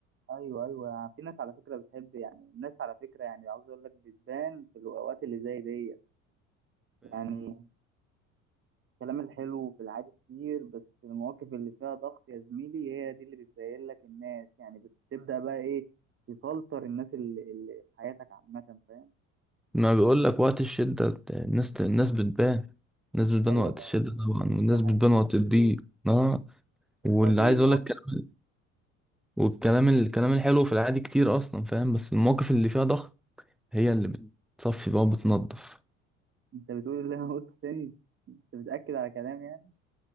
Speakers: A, on the right (about 30°); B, in the centre.
A: ايوه ايوه يعني في ناس على فكره بتحب يعني الناس على فكره يعني عاوز اقول لك بتبان في الاوقات اللي زي ديت يعني الكلام الحلو في العادي كتير بس المواقف اللي فيها ضغط يا زميلي هي دي اللي بتبين لك الناس يعني بتبدأ بقى ايه تفلتر الناس اللي, اللي في حياتك عامة فاهم
B: ما بقول لك وقت الشدة الناس الناس بتبان الناس بتبان
A: ايوه
B: وقت الشدة طبعا والناس
A: ده
B: بتبان
A: حقيقي
B: وقت الضيق اه
A: الصديق
B: واللي عايز اقول لك كلام والكلام الكلام الحلو في العادي كتير اصلا فاهم بس المواقف اللي فيها ضغط هي اللي بتصفي بقى وبتنضف
A: انت بتقول اللي انا قلته تاني انت بتأكد على كلام يعني